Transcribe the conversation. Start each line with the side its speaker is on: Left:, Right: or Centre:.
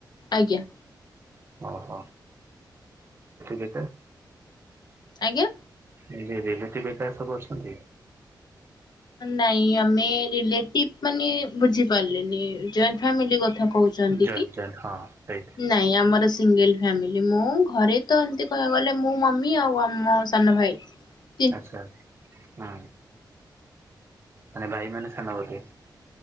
Left: ଆଜ୍ଞା
Right: ଓହୋ <unintelligible>
Left: ଆଜ୍ଞା
Right: ରିଲେଟିଭ୍ ଏକା ସବୁ ଅଛନ୍ତି।
Left: ନାଇଁ ଆମେ ରିଲେଟିଭ ମାନେ ବୁଝିପାରିଲିନି ଯଏଣ୍ଟେ ଫ୍ୟାମିଲି କଥା କହୁଛନ୍ତି।
Right: <unintelligible>
Left: କି?
Right: ହଁ ସେଇ।
Left: ନାଇଁ ଆମର ସିଙ୍ଗଲ ଫ୍ୟାମିଲି ମୁଁ ଘରେ ତ ଏମିତି କହିବାକୁ ଗଲେ ମୁଁ ମମି ଆଉ ଆମ ସାନ ଭାଇ। ହ
Right: ଆଚ୍ଛା ହୁଁ ମାନେ ଭାଇ ମାନେ ସାନ ବୋଲି